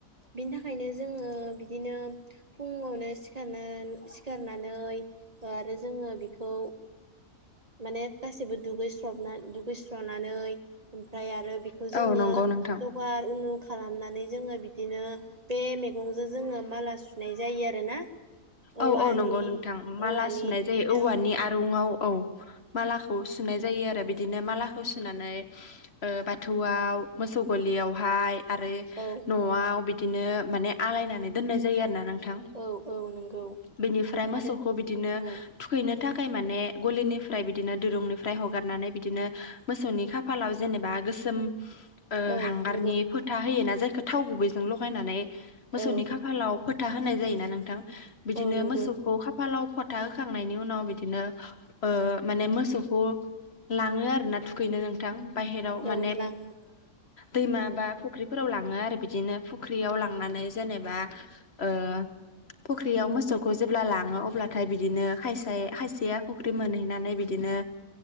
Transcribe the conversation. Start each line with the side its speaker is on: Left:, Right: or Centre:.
Right: बिनि थाखायनो जोङो बिदिनो फुङावनो सिखारनो सिखारनानै आरो जोङो बिखौ माने गासैबो दुगैस्र दुगैस्रनानै ओमफ्राय आरो खौ जोङो
Left: औ नंगौ नोंथां
Right: जगार उनु खालामनानै जोङो बिदिनो बे मैगंजों जोङो माला सुनाय जायो आरोना औवानि
Left: औ-औ नंगौ नोंथां माला
Right: औवानि
Left: सुनाय
Right: बिदिनो
Left: जायो औवानि आरो आरुंआव औ मालाखौ सुनाय जायो आरो बिदिनो मालाखौ सुनानै बाथौआव मोसौ गलियावहाय आरो
Right: औ
Left: न'आव बिदिनो माने आलायनानै दोननाय जायो आरो ना नोंथां
Right: औ-औ नंगौ
Left: बिनिफ्राय मोसौखौ
Right: आरो
Left: बिदिनो
Right: औ
Left: थुखैनो थाखाय माने गलिनिफ्राय बिदिनो दिरुंनिफ्राय हगारनानै बिदिनो मोसौनि खाफालाव जेनेबा गोसोम
Right: <unintelligible>
Left: हांगारनि
Right: नंगौ
Left: फोथा होयोना जायखौ थाव गुबैजों लगायनानै मोसौनि
Right: औ
Left: खाफालाव फोथा होनाय जायोना नोंथां बिदिनो
Right: औ नंगौ
Left: मोसौखौ खाफालाव फथा होखांनायनि उनाव बिदिनो माने मोसौखौ लाङो आरो ना थुखैनो नोंथां बाहहेराव
Right: औ
Left: माने
Right: लाङो
Left: दैमा बा फुख्रिफोराव लाङो आरो बिदिनो फुख्रियाव लांनानै जेनेबा <unintelligible> फुख्रियाव मोसौखौ जेब्ला लाङो अब्लाथाय बिदिनो खायसे खायसेया फुख्रि मोनहैनानै बिदिनो